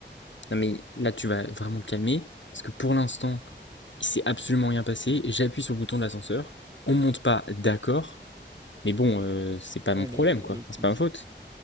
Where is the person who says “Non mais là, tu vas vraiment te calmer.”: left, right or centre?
Left